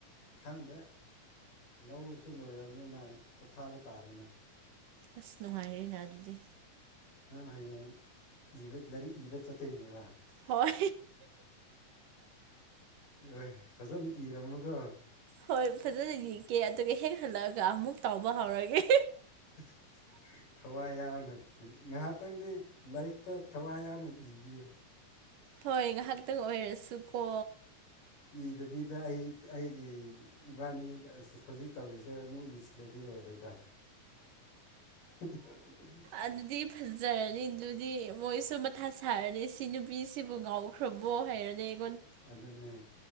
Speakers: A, on the left (about 80°); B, on the right (about 80°).
A: ꯈꯪꯗꯦ ꯂꯧꯁꯤ ꯂꯣꯏꯔꯕꯅꯤꯅ ꯄꯣꯊꯥꯕ ꯇꯥꯔꯦꯅꯦ
B: ꯑꯁ ꯅꯨꯡꯉꯥꯏꯔꯤꯔꯤꯅꯦ ꯑꯗꯨꯗꯤ
A: ꯅꯪꯅ ꯍꯌꯦꯡ ꯏꯕ ꯂꯥꯏꯔꯤꯛ ꯏꯕ ꯆꯠꯇꯣꯏꯅꯦꯕ
B: ꯍꯣꯏ
A: ꯑꯦ ꯐꯖꯅ ꯏꯔꯝꯃꯨꯀꯣ
B: ꯍꯣꯏ ꯐꯖꯅ ꯌꯦꯅꯤꯛꯀꯦ ꯑꯗꯨꯒ ꯍꯦꯛ ꯍꯜꯂꯛꯑꯒ ꯑꯃꯨꯛ ꯇꯥꯎꯕ ꯍꯧꯔꯒꯦ
A: <inaudible> ꯊꯋꯥꯏ ꯌꯥꯎꯅ ꯉꯥꯏꯍꯥꯛꯇꯪꯗꯤ ꯂꯥꯏꯔꯤꯛꯇ ꯊꯋꯥꯏ ꯌꯥꯎꯅ ꯏꯕꯤꯌꯨ
B: ꯍꯣꯏ ꯉꯥꯏꯍꯥꯛꯇꯪ ꯑꯣꯏꯔꯁꯨꯀꯣ
A: ꯏꯗꯕꯤꯗ ꯑꯩ ꯑꯩꯒꯤ ꯏꯕꯥꯅꯤ ꯍꯧꯖꯤꯛ ꯇꯧꯔꯤꯁꯦ ꯑꯃꯨꯛ ꯏꯁꯤꯜꯂꯗꯤ ꯂꯣꯏꯔꯦ ꯗ <inaudible>
B: ꯑꯗꯨꯗꯤ ꯐꯖꯔꯅꯤ ꯑꯗꯨꯗꯤ ꯃꯣꯏꯁꯨ ꯃꯊꯥ ꯁꯥꯔꯅꯤ ꯁꯤ ꯅꯨꯄꯤꯁꯤꯕꯨ ꯉꯥꯎꯈ꯭ꯔꯕ ꯕ ꯍꯥꯏꯔꯗꯤ
A: ꯑꯗꯨꯅꯦ